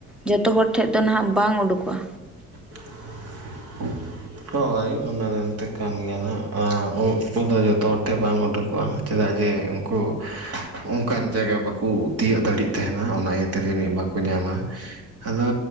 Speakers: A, in the centre; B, on the right.
A: ᱡᱚᱛᱚ ᱦᱚᱲ ᱴᱷᱮᱡ ᱫᱚ ᱱᱟᱦᱟᱜ ᱵᱟᱝ ᱩᱰᱩᱠᱚᱜ-ᱟ᱾
B: <inaudible> ᱦᱳᱭ ᱚᱱᱟᱫᱚ ᱮᱱᱛᱮ ᱠᱟᱱ ᱜᱮᱭᱟ ᱱᱟᱦᱟᱜ, ᱟᱨ ᱩᱫ ᱠᱚᱫᱚ ᱡᱚᱛᱚ ᱦᱚᱲ ᱴᱷᱮᱡ ᱵᱟᱝ ᱩᱰᱩᱠᱚᱜ-ᱟ᱾ ᱪᱮᱫᱟᱜ ᱡᱮ ᱩᱱᱠᱩ ᱚᱱᱠᱟᱱ ᱡᱟᱭᱜᱟ ᱵᱟᱠᱚ ᱛᱤᱭᱟᱹᱜ ᱫᱟᱲᱮᱭᱟᱜ ᱛᱟᱦᱮᱱᱟ ᱚᱱᱟ ᱤᱭᱟᱹᱛᱮ ᱡᱟᱹᱱᱤᱡ ᱵᱟ ᱠᱚ ᱧᱟᱢᱟ, ᱟᱫᱚ